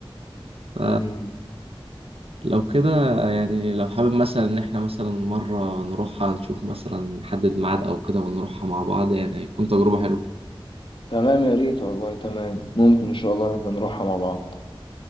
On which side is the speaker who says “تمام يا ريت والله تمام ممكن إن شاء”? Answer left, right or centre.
Left